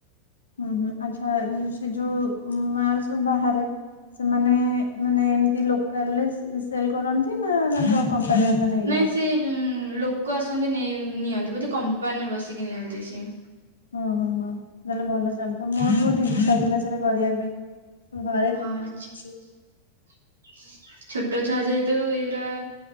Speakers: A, on the left; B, on the right.
A: ହୁଁ ହୁଁ ଆଚ୍ଛା ସେ ଯୋଉ ମାଲ ସବୁ ବାହାରେ ସେମାନେ ମାନେ ଏମତି ଲୋକାଲ ରେ ସେଲ୍ କରନ୍ତି ନହଲେ ତାଙ୍କ କମ୍ପାନୀ ନେଇଯାଆନ୍ତି?
B: ନାଇଁ ସେି ଲୋକ ଆସନ୍ତି ନି -ନିଅନ୍ତି ବୋଧେ କମ୍ପାନୀରୁ ବସିକି ନିଅନ୍ତି ସି
A: ଓହୋ ହଁ ତାହେଲେ ଭଲ ଚାଲଥିବ ମୋର ବି ବହୁତ୍ ଇଚ୍ଛା ଥିଲା ସେଟା କରିବା ପାଇଁ। ଘରେ
B: ହଁ, ଆଛା
A: ଅଛି
B: ଛୋଟ ଛୁଆ ଯେହେତୁ ଏଇଗୁରା